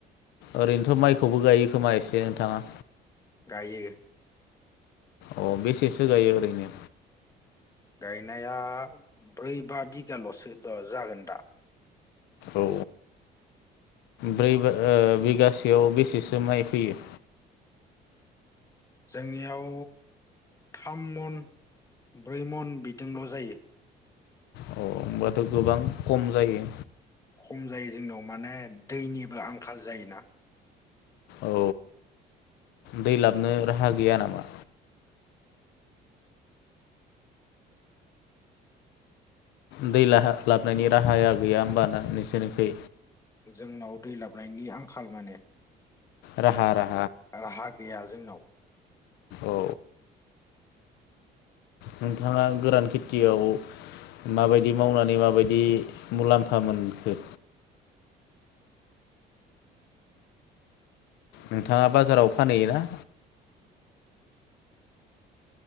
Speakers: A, on the left (about 85°); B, on the left (about 20°).
A: ओरैनोथ' माइखौबो गायो खोमा एसे नोंथाङा?
B: गायो
A: अ बेसेसो गायो ओरैनो?
B: गायनाया ब्रै बा बिगाल'सो द जागोन दा
A: औ ब्रै बा ओ बिगासेयाव बेसेसो माइ फैयो?
B: जोंनियाव थाम मन ब्रै मन बिदोंल' जायो
A: अ होमबाथ' गोबां खम जायो
B: खम जायो जोंनाव माने दैनिबो आंखाल जायोना
A: औ दै लाबनो राहा गैया नामा? दै लाहा लाबनायनि राहाया गैया होमबाना नोंसोरनिखै?
B: जोंनाव दै लाबनायनि आंखाल माने।
A: राहा रा
B: राहा गैया जोंनाव।
A: औ नोंथाङा गोरान खेथियाव माबायदि मावनानै माबायदि मुलाम्फा मोनखो? नोंथाङा बाजाराव फानहैयोना?